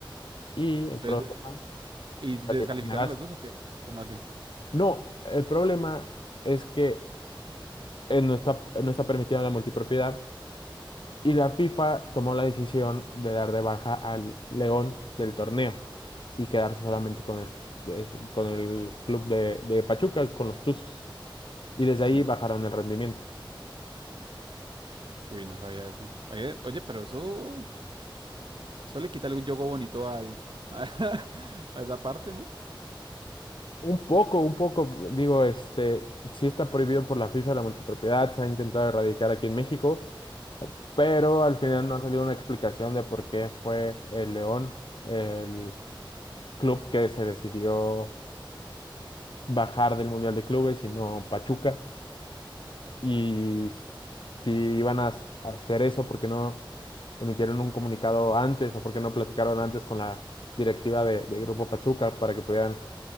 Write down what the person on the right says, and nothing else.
Entonces,
¿y y descalifican
a los dos o qué? ¿Cómo así?
Sí.
Uy, no sabía eso. Oye, oye, pero eso, eso le quita algún yogo bonito al, <laughs> a, esa parte, ¿no?